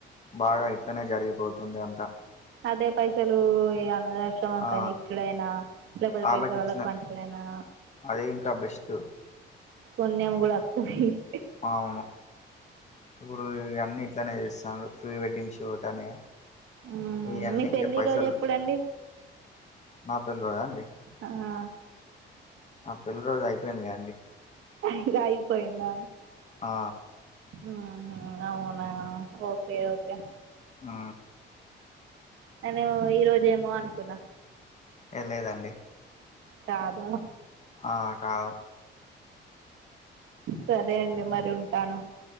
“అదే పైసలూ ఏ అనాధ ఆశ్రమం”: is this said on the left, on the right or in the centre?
Right